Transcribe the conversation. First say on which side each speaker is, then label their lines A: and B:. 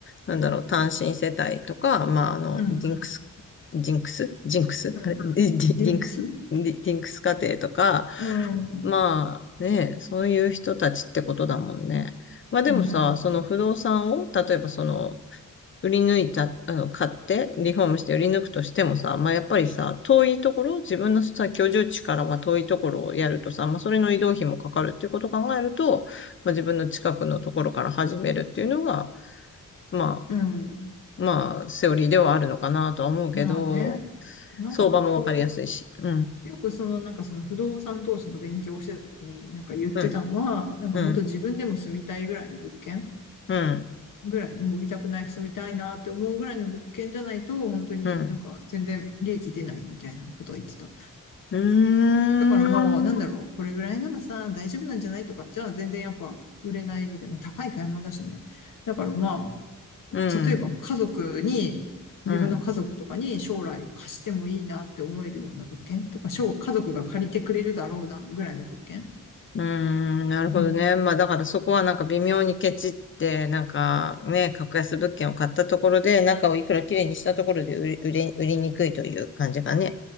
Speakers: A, on the left; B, on the left.
A: なんだろう、単身世帯とか、まあ、あの、
B: うん、
A: ディンクス、ジンクスジンクスあれディ、
B: うん。
A: ディディ
B: リンクス
A: <laughs> ンクスディ、ディンクス家庭とか、
B: うん、
A: まあね、そういう人たちってことだもんね。まあでもさ、
B: うん、
A: その不動産を、例えばその売り抜いた、あの、買って、リフォームして売り抜くとしてもさ、まあ、やっぱりさ、遠いところ、自分のさ、居住地からは遠いところをやるとさ、まあ、それの移動費もかかるっていうことを考えると、まあ、自分の近くのところから始めるっていうのが、ま
B: うん。
A: あ、まあ、セオリーではあるのかなとは思うけど、
B: まあね、なんかこ
A: 相場もわかりやすいし。うん、
B: う、よくそのなんかその不動産投資の勉強をしてた時になんか言ってたのは、
A: うん、
B: なんか本当自分でも住みたいぐらいの物件
A: うん、うん、
B: ぐらい、もう売りたくない、住みたいなって思うぐらいの物件じゃないと、本当になんか全然利益出ないみたいなことは言ってた。
A: うん。うーん、
B: だからもうなんだろう、これぐらいならさ、大丈夫なんじゃないとかじゃあ全然やっぱ売れないみたいな、まあ高い買い物だしね。だからまあ、
A: うん、
B: 例えば家族に、
A: うん。
B: 自分の家族とかに将来貸してもいいなって思えるような物件とか、家族が借りてくれるだろうなぐらいの物件。
A: うーん、なるほどね。
B: うん。
A: まあだからそこはなんか微妙にケチって、なんかね、格安物件を買ったところで、中をいくら綺麗にしたところで売り、売れ、売りにくいという感じかね。